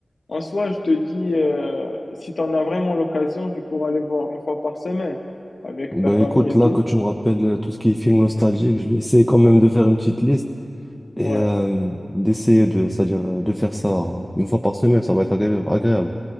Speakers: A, on the left (about 70°); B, in the centre.
A: en soi, je te dis, euh, si tu en as vraiment l'occasion, tu pourras aller voir une fois par semaine avec
B: Ben
A: ta famille
B: écoute,
A: et
B: là
A: tout.
B: que tu me rappelles euh, tout ce qui est film nostalgique, je vais essayer quand même de faire une petite liste et
A: Ouais.
B: euh, d'essayer de, c'est-à-dire euh, de faire ça euh, une fois par semaine, ça va être agré- agréable.